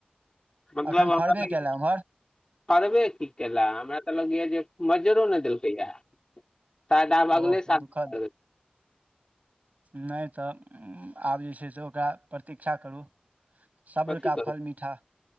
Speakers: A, on the left (about 25°); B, on the right (about 55°).
A: मतलब
B: एखन
A: हमरा
B: फड़बे केलए
A: ल,
B: उम्हर
A: करबे की केला हमरा। हमरा लगयै जे मजरो नहि देलकै य। शायद आब अगिले
B: ओह
A: साल
B: दुःखद
A: करै।
B: नहि तऽ, आब जे छै से ओकरा प्रतीक्षा करू। सब्र
A: कथी
B: का
A: करू,
B: फल मीठा